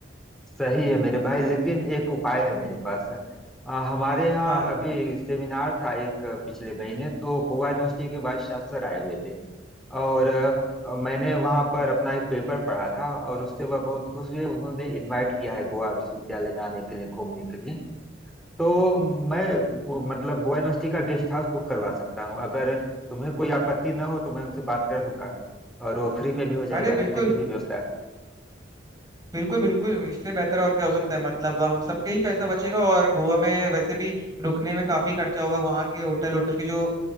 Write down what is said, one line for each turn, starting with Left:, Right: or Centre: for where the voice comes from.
Centre: सही है मेरे भाई लेकिन एक उपाय है मेरे पास आ, हमारे यहाँ
Right: हाँ
Centre: अभी सेमिनार था एक अ, पिछले महीने तो गोवा यूनिवर्सिटी के वाइस चांसलर आए हुए थे और अ, मैंने वहाँ पर अपना एक पेपर पढ़ा था और उससे वह बहुत खुश हुए उन्होंने इनवाइट किया है गोवा विश्वविद्यालय में आने के लिए घूमने के लिए तो मैं वो, मतलब गोवा यूनिवर्सिटी का गेस्ट हाउस बुक करवा सकता हूँ अगर तुम्हें कोई आपत्ति न हो तो मैं उनसे बात कर लूंगा और वो फ्री में भी हो जाएगा
Right: अरे
Centre: रहने
Right: बिल्कुल
Centre: की भी व्यवस्था है।
Right: बिल्कुल बिल्कुल इससे बेहतर और क्या हो सकता है मतलब हम सबका ही पैसा बचेगा और गोवा में वैसे भी रुकने में काफी खर्चा होगा वहाँ के होटल होटल के जो अ,